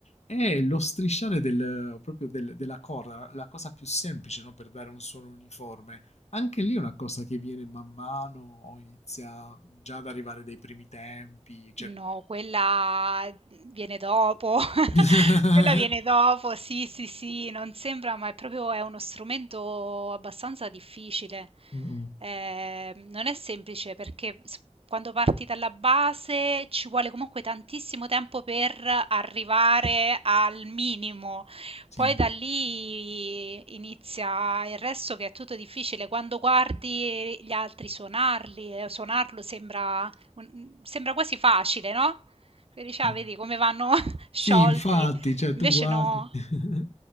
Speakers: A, on the left (about 75°); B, on the right (about 55°).
A: è lo strisciare del- proprio del- della corda, la cosa più semplice, no, per dare un suono uniforme. Anche lì è una cosa che viene man mano o inizia già ad arrivare dai primi tempi, cioè
B: No, quella viene dopo. <laughs>
A: <laughs>
B: Quella viene dopo, sì, sì, sì, non sembra, ma è proprio è uno strumento abbastanza difficile.
A: Mh-mh,
B: Eh, non è semplice perché s- quando parti dalla base ci vuole comunque tantissimo tempo per arrivare al minimo.
A: sì.
B: Poi da lì inizia il resto che è tutto difficile. Quando guardi gli altri suonarli, eh, suonarlo sembra un mm, sembra quasi facile, no, che dici: "Ah,
A: Eh.
B: vedi come vanno <laughs> sciolti."
A: Sì, infatti, cioè
B: Invece
A: tu guardi
B: no.
A: <laughs>